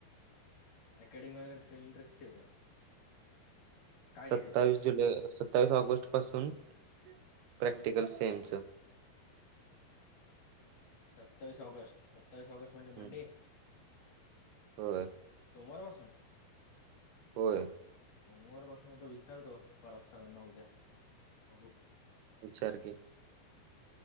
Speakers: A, on the left; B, on the right.
A: अकॅडमी <unintelligible> कॅलेंडर किती होतं? काय डेट
B: सत्तावीस
A: होती
B: जुलै, सत्तावीस ऑगस्ट पासून, प्रॅक्टिकल सेमच.
A: सत्तावीस ऑगस्ट- सतावीस ऑगस्ट म्हणजे मंडे
B: हम्म. होय.
A: सोमवार पासून?
B: होय
A: सोमवार पासून. आता विचारतो. थोरात सरांना उद्या. बघू.
B: विचार की.